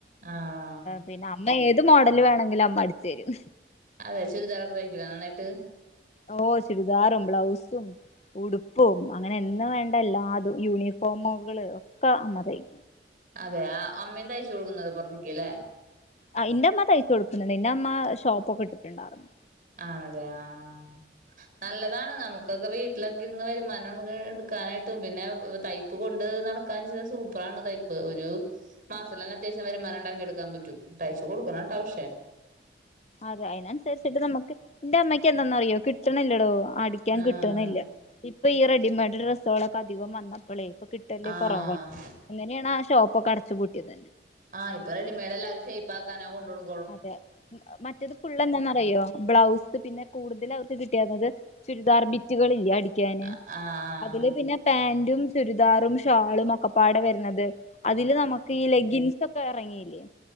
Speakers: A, on the right; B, on the left.
A: ആഹ്
B: പിന്നെ അമ്മ ഏത് മോഡല് വേണെങ്കിലും അമ്മ അടിച്ചെരും
A: അതെ ചുരിദാറൊക്കെ തഴിക്കുവൊ നന്നായിട്ട്
B: ഓ ചുരിദാറും ബ്ലൗസും ഉടുപ്പും അങ്ങനെ എന്ന് വേണ്ട എല്ലാതും യൂണിഫോമുകൾ ഒക്കെ അമറി
A: അതെ ആ അമ്മേയും തയ്ച്ചു കൊടുക്കുന്നത് പുറത്തേക്ക് ല്ലേ
B: ആഹ് ന്റെ അമ്മ തയ്ച്ചു കൊടുക്കുന്നുണ്ട് എന്റെറ അമ്മ ഷോപ്പ് ഒക്കെ ഇട്ടിട്ടുണ്ടായിരുന്നു
A: ആണല്ലെ ആഹ് നല്ലതാണ് നമുക്കൊക്കെ വീട് വീട്ടിലൊക്കെരന്ന് വരുമാനം എടുക്കാനായിട്ടും പിന്നെ തൈപ്പ് കൊണ്ട് നടക്കാ വെച്ചൽ സൂപ്പറാണ് തൈപ്പ് ഒരു മാസത്തി തന്നെ അത്യാവശ്യം വരുമാനം ഉണ്ടാക്കി എടുക്കാൻ പറ്റും തയ്ച്ചു കൊടുക്കണം കേട്ടോ പക്ഷേ
B: അതെ അയിനനുസരിച്ചിട്ട് നമുക്ക് എന്റെ അമ്മയ്ക്ക് എന്താന്ന അറിയോ കിട്ടണില്ലെടോ അടിക്കാൻ
A: ആഹ്
B: കിട്ട്ണില്ല ഇപ്പൊ ഈ റെഡിമെയഡ് ഡ്രസ്സുകളൊക്കെ അധികം വന്നപ്പോളേ ഇപ്പൊ കിട്ടല്
A: ആഹ്
B: കൊറവാ അങ്ങനെയാണ് ആ ഷോപ്പൊക്കെ അടച്ചുപൂട്ടിയത്
A: ആഹ് ഇപ്പ റെഡിമേയ്ഡ് എല്ലരും ഷേ്യ്പ്പ് ആക്കാന കൊടുക ള്ളൂ
B: അതെ മറ്റത് പുള്ളെന്താന്നറിയോ ബ്ലൗസ് പിന്നെ കൂടുതൽ ക്കൾക്ക് കിട്ടിയേരർന്നത് ചുരിദാർബിറ്റ് ബിറ്റുകളില്ലെ അടിക്കാന്
A: ആഹ് ആഹ്
B: അതില് പിന്നെ പാന്റും ചുരിദാറും ഷാളും ഒക്കെപ്പാടെ വരുന്നത് അതില് നമുക്ക് ഈ ലെഗ്ഗിൻസ് ഒക്കെ ഇറങ്ങിയില്ലേ